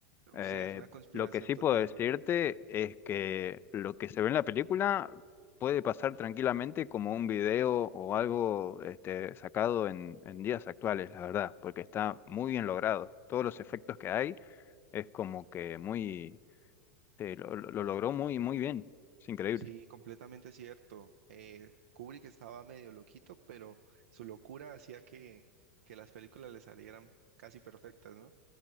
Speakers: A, on the left (about 30°); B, on the right (about 75°).
A: Eh,
B: Sí, es una conspiración
A: lo que sí
B: total,
A: puedo decirte
B: bro.
A: es que lo que se ve en la película puede pasar tranquilamente como un video o algo este, sacado en, en días actuales, la verdad, porque está muy bien logrado. Todos los efectos que hay es como que muy Sí, lo, lo- lo logró muy, muy bien. Es increíble.
B: Sí, completamente cierto. Eh, Kubrick estaba medio loquito, pero su locura hacía que, que las películas le salieran casi perfectas, ¿no?